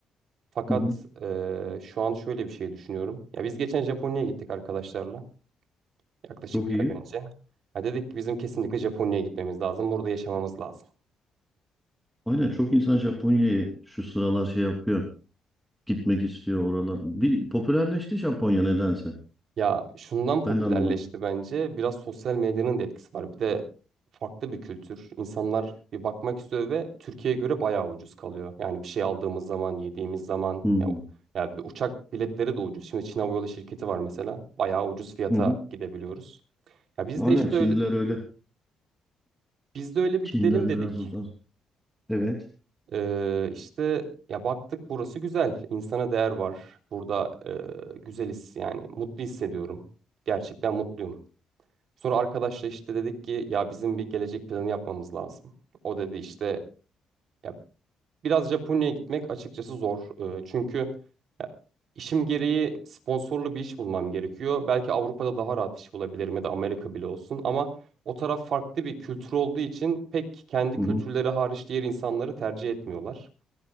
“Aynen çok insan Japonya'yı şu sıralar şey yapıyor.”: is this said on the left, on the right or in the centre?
Centre